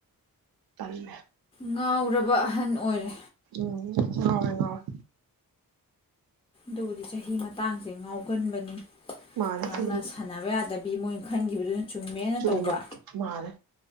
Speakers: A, on the right; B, on the left.
A: ꯇꯜꯂꯦ
B: ꯉꯥꯎꯔꯕ ꯑꯍꯟ ꯑꯣꯏꯔꯦ
A: ꯎꯝ ꯉꯥꯎꯌꯦ ꯉꯥꯎꯌꯦ
B: ꯗꯨꯗꯤ ꯆꯍꯤ ꯃꯇꯥꯡꯖꯦ ꯉꯥꯎꯒꯟꯕꯅꯤ
A: ꯃꯥꯅꯦ
B: ꯉꯥꯡꯅ
A: ꯁꯤꯃ
B: ꯁꯥꯟꯅꯕ ꯌꯥꯗ ꯕꯤ ꯃꯣꯏ ꯈꯟꯒꯤꯕꯗꯨꯅ ꯆꯨꯝꯃꯦꯅ
A: ꯆꯨꯝꯃꯦ
B: ꯇꯧꯕ
A: ꯃꯥꯅꯦ